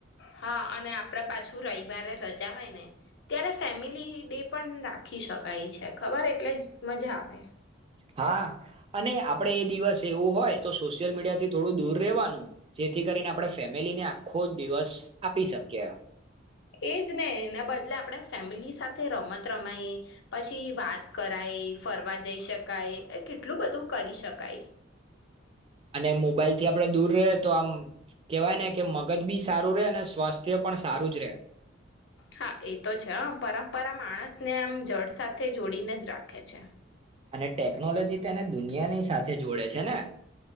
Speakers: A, on the left; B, on the right.
A: હા અને આપડ પાછું રવિવારે રજા હોય ને ત્યારે ફેમિલી ડે પણ રાખી શકાય છે ખબર એટલે જ મજા આવે.
B: હા અને આપડે એ દિવસ એવું હોય તો સોશિયલ મીડિયાથી થોડું દૂર રહેવાનું. જેથી કરીને આપણેે ફેમિલીને આ ખોદ દિવસ આપી શકીયે
A: એજ ને એના બદલે આપણે ફેમિલી સાથે રમત રમાઈયે પછી વાત કરાયે ફરવા જઈ શકાયે કેટલું બધું કરી શકાય
B: અને મોબાઈલ થી આપણેે દૂર રયે તો આમ કેવાય ને કે મગજ બી સારું રહે અને સ્વાસ્થ્ય પણ સારું જ રે
A: હા એ તો છે હં પરંપરા માણસને આમ જડ સાથે જોડીને જ રાખે છે
B: અને ટેકનોલોજી તેને દુનિયાની સાથે જોડે છે ને